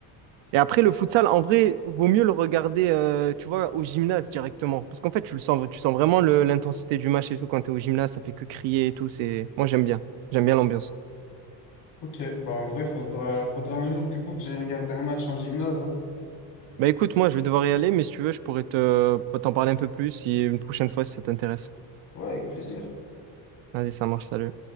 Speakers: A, on the right; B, on the left.
A: Et après, le futsal, en vrai, vaut mieux le regarder, euh, tu vois, au gymnase directement. Parce qu'en fait, tu le sens, tu sens vraiment le- l'intensité du match et tout. Quand t'es au gymnase, ça fait que crier et tout. C'est... Moi, j'aime bien. J'aime bien l'ambiance.
B: Ok, bah en vrai, faudra, faudra un jour du coup que j'aille regarder un match en gymnase. hein.
A: Bah écoute, moi, je vais devoir y aller, mais si tu veux, je pourrais te... t'en parler un peu plus si une prochaine fois, si ça t'intéresse.
B: Ouais, avec plaisir.
A: Vas-y, ça marche, salut.